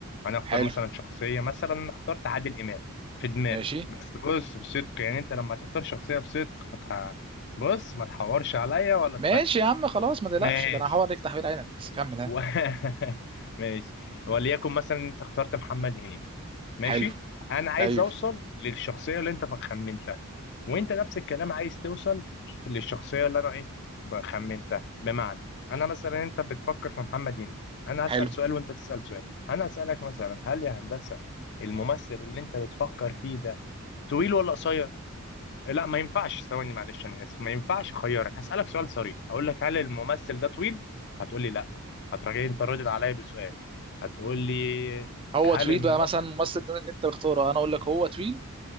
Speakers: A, on the left; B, on the right.
A: انا اختار
B: حلو
A: مثلا شخصيه مثلا اخترت عادل امام في دماغي
B: ماشي
A: بس بص بصدق يعني انت لما تختار شخصيه بصدق ما تح... بص ما تحورش عليا ولا
B: ماشي
A: تفلس
B: يا عم خلاص ما تقلقش
A: ماشي
B: ده انا هحاول عليك تحويل عينك بس كمل ها
A: و... <laughs> ماشي وليكن مثلا انت اخترت محمد هنيدي ماشي
B: حلو
A: انا عايز
B: ايوه
A: اوصل للشخصيه اللي انت خمنتها وانت نفس الكلام عايز توصل للشخصيه اللي انا ايه خمنتها بمعنى انا مثلا انت بتفكر في محمد هنيدي انا هسال
B: حلو
A: سؤال وانت تسال سؤال انا اسالك مثلا هل يا هندسه الممثل اللي انت بتفكر فيه ده طويل ولا قصير لا ما ينفعش ثواني معلش انا اسف ما ينفعش اخيرك هسالك سؤال صريح هقول لك هل الممثل ده طويل هتقول لي لا هتراجعني انت ردت عليا بسؤال هتقول لي
B: هو
A: هل
B: طويل
A: المم...
B: بقى مثلا الممثل ده اللي انت بتختاره انا اقول لك هو طويل